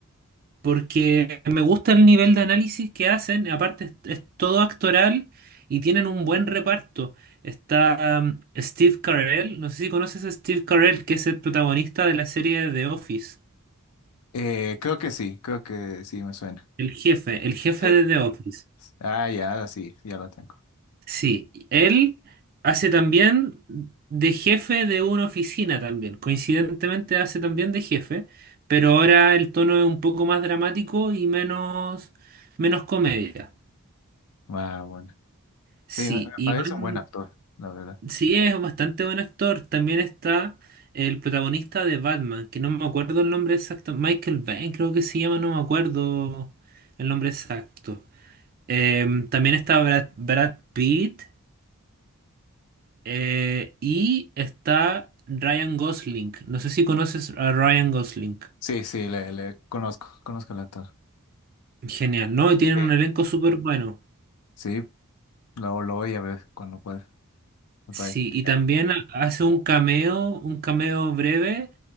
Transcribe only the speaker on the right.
porque me gusta el nivel de análisis que hacen. Aparte, es, es todo actoral y tienen un buen reparto. Está um, Steve Carell, no sé si conoces a Steve Carell, que es el protagonista de la serie The Office.
El jefe, el jefe
de The Office.
Sí, él hace también de jefe de una oficina también. Coincidentemente hace también de jefe, pero ahora el tono es un poco más dramático y menos, menos comedia.
Sí,
Iván,
sí es bastante buen actor. También está el protagonista de Batman, que no me acuerdo el nombre exacto. Michael Bay, creo que se llama, no me acuerdo el nombre exacto. Em, también está Brad, Brad Pitt. Eh, y está Ryan Gosling. No sé si conoces a Ryan Gosling.
Genial, ¿no? Y tienen
un elenco súper bueno.
Sí,
y
también hace un cameo, un cameo breve.